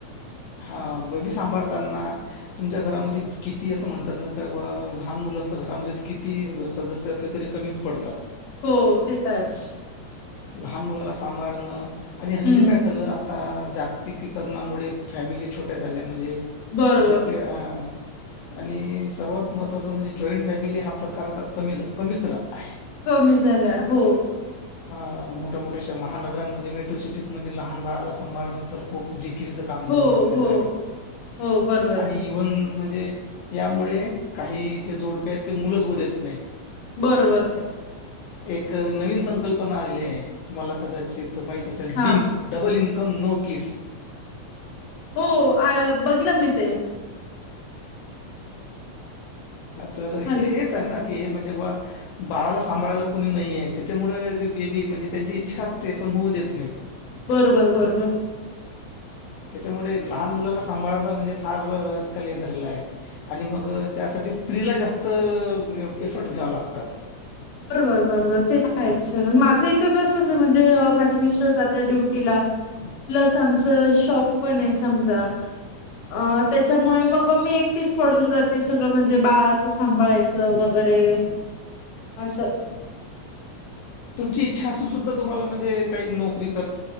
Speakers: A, on the left; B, on the left.
A: हा बेबी सांभाळतना तुमच्या घरामध्ये किती असं म्हणतात ना का लहान. घरामध्ये किती सदस्य असले तरी कमीच पडतात.
B: हो तेताच.
A: लहान मुलाला सांभाळणं आणि हल्ली
B: हम्म
A: काय ल्लं आता जागतिकीकरणामुळे. फॅमिली छोट्या झाल्या म्हणजे
B: बरोबर
A: छोट्या आणि सर्वात म म्हणजे जॉईंट फॅमिली हा प्रकार आता कमी कमीच आहे.
B: कमी झाला हो.
A: अ मोठ्या मोठ्याशा महानगरांमध्ये मेट्रो सिटीज म लहान बाळाला सभाळण तर खूप जिच. काम ेऊन
B: हो
A: बसलेला
B: हो
A: आहे
B: हो बरोबर
A: आणि
B: आहे
A: इव्हन. म्हणजे यामुळे काही जे जोडपे आहेत ते मुलंच होऊ देत नाही.
B: बरोबर
A: एक नवीन संकल्पना आलेली आहे तुम्हाला कदाचित माहित असेल
B: हा
A: dinks double income no kids.
B: हो बघलं मी ते
A: तर
B: हॅलो
A: हे हेच आहे ना. म्हणजे बा बाळाला सांभायला कणी नाही त्याच्यामुळे बेबी म्हणजे त्यांची इच्छा असते. ण होऊ देत नाही.
B: बरोबर बरोबर.
A: <inaudible> त्याच्यामुळे लहान मुलाला सांभाळणं म्हणजे फार आजकाल हे झालेलं आहे आणि मग त्यासाठी. स्त्रीला जास्त एफर्ट घ्यावा लागतात.
B: बरोबर बरोबर ते माझं इथ तसंच आहे म्हणजे माझे मिस्टर जात आहे ड्युटीला. प्लस आमचं शॉप पण आहे समजा. अ त्याच्यामुळे मग मी एकटीच पडून जाते सगळं म्हणजे बाळाचं सांभाळायचं वगैरे. अरे.
A: <inaudible>
B: अस
A: तुमची इच्छा असून सुद्धा तुमला म्हणे का नकरी कर